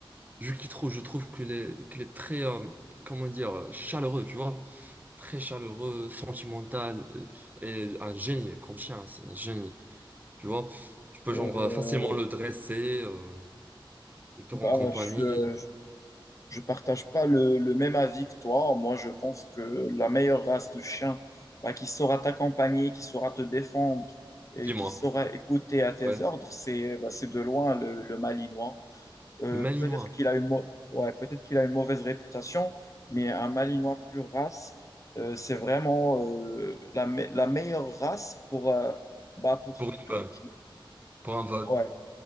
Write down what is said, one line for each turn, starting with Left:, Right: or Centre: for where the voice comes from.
Right: Je qui trouve, je trouve qu'il est, qu'il est très, euh, comment dire, euh, chaleureux, tu vois. Très chaleureux, sentimental, euh, et un génie, comme chien, c'est un génie, tu vois. Tu peux
Left: Euh,
Right: genre euh, facilement le dresser, euh, il te
Left: bah,
Right: rend compagnie.
Left: je, euh, je je partage pas le, le même avis que toi. Moi, je pense que la meilleure race de chien, bah, qui saura t'accompagner, qui saura te défendre et
Right: Dis-moi,
Left: qui saura écouter à tes
Right: ouais.
Left: ordres, c'est bah, c'est de loin le, le Malinois. Euh,
Right: Le malinois,
Left: peut-être qu'il a une mau- ouais, peut-être qu'il a une mauvaise réputation, mais un Malinois pure race, euh, c'est vraiment euh, la, me- la meilleure race pour, euh, bah, pour
Right: pour une
Left: tout
Right: vanne,
Left: type,
Right: pour un van.
Left: ouais.